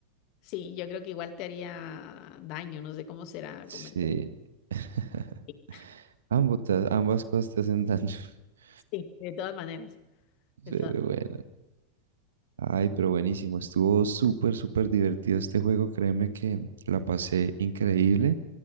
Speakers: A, on the left; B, on the right.
A: Sí, yo creo que igual te haría daño. No sé cómo será
B: Sí.
A: comer.
B: <laughs>
A: Sí,
B: Ambos te- ambas cosas te hacen daño. <laughs>
A: sí, de todas maneras. De
B: Pero
A: todas.
B: bueno. Ay, pero buenísimo. Estuvo súper, súper divertido este juego. Créeme que la pasé increíble.